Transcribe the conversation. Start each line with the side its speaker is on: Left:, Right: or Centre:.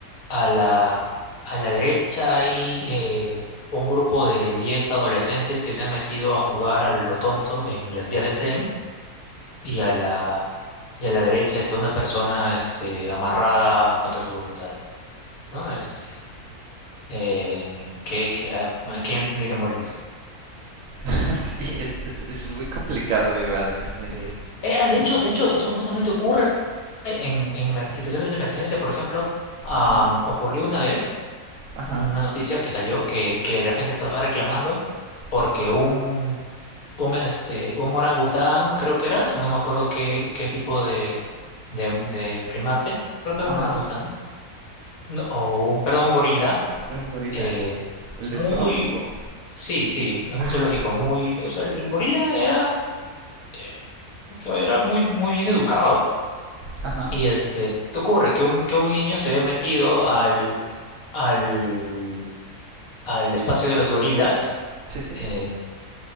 Left: a la, a la derecha hay eh, un grupo de 10 adolescentes que se han metido a jugar a lo tonto en las vías del tren y a la, y a la derecha está una persona este, amarrada contra su voluntad. ¿No? Este, eh, que, que, ah, ¿quién tiene que morir?
Right: <laughs> sí, es, es, es muy complicado igual, este.
Left: Sí. Eh, de hecho, de hecho, eso justamente ocurre en, en emer- situaciones de emergencia. Por ejemplo, ah,
Right: Ajá,
Left: ocurrió una vez
Right: ajá,
Left: una noticia que salió que, que la gente estaba reclamando porque
Right: sí, sí,
Left: un, un, este, un orangután, creo que era, no me acuerdo qué, qué tipo de, de, de primate, creo que era
Right: ajá.
Left: un orangután, no, o un, perdón, un gorila,
Right: Era un gorila,
Left: eh,
Right: el del
Left: muy,
Right: zoológico.
Left: sí, sí, es un
Right: Ah,
Left: zoológico,
Right: ya.
Left: muy, o sea, el gorila era, eh, o sea, era muy, muy bien educado.
Right: Ajá,
Left: Y este, ¿qué ocurre? Que un, que un niño se había metido al, al, al espacio de los gorilas
Right: sí, sí.
Left: eh,